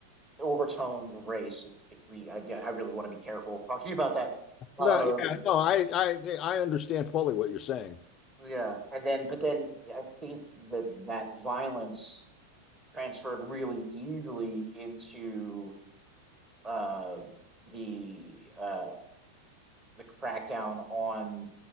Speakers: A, on the right; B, on the left.
A: overtones of race. If, if we, I, yeah, I really want to be careful talking about that. Um,
B: No, you- know, Yeah. no, I, I, I understand fully what you're saying.
A: Yeah, and then but then I think that that violence transferred really easily into uh the uh the crackdown on